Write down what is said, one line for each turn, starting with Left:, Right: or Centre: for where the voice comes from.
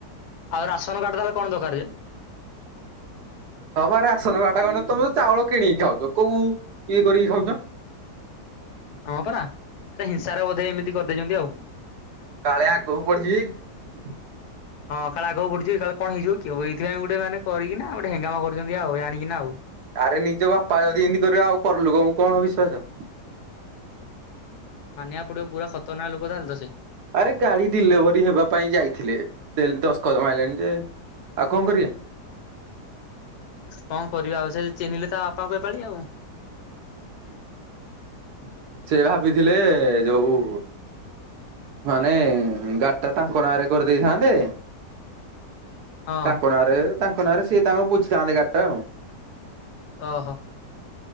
Left: ଆଉ ରାସନ କାର୍ଡ ତାହାଲେ କଣ ଦରକାର ଯେ?
Right: ହଁ ବା ରାସନ୍ କାର୍ଡଟା କଣ ତମେ ତ ଚାଉଳ କିଣିକି ଖାଉଛ କୋଉଁ ଇଏ କରିକି ଖାଉଛ।
Left: ହଁ ପରା ହେଟା ହିଂସାରେ ବୋଧେ ଏମିତି କରିଦେଇଛନ୍ତି ଆଉ।
Right: କାଳେ ଆଗକୁ ବଢ଼ି ଯିବେକି।
Left: ହଁ କାଳେ ଆଗକୁ ବଢିଯିବେ କାଳେ କଣ ହେଇଯିବେ କି ହେଇଥି ପାଇଁ ଗୋଟେ ମାନେ କରିକିନା ଗୋଟେ ହେଙ୍ଗାମା କରୁଛନ୍ତି ଆଉ ଯାଣିକିନା ଆଉ।
Right: ଆରେ ନିଜ ବାପା ଯଦି ଇନ୍ତି କରିବ ଆଉ ପରଲୁକ କୁ କଣ ବିଶ୍ଵାସ।
Left: ମାନିବାକୁ ପଡିବ ପୁରା ଖତରନାକ୍ ଲୋକ ତାହେଲେ ତ ସେ।
Right: ଆରେ ଗାଡି ଡିଲେଭରି ହେବା ପାଇଁ ଯାଇଥିଲେ ଦଶଖତ ମାଇଲେନି ଯେ ଆଉ କଣ କରିବା?
Left: କଣ କରିବା ଆଉ ସେ ଚିହ୍ନିଲେ ତା ବାପାଙ୍କୁ ଏପାଳି ଆଉ।
Right: ହୁଁ ସେ ଭାବିଥିଲେ ଯୋଉଁ ମାନେ ଗାଡି ଟା ତାଙ୍କ ନାଁରେ କରିଦେଇଥାନ୍ତେ
Left: ହଁ
Right: ତାଙ୍କ ନାଁରେ ତାଙ୍କ ନାଁରେ ସିଏ ତାଙ୍କୁ ବୁଝିଥାନ୍ତେ ଗାଡ଼ିଟା ଆଉ।
Left: ଓହୋ।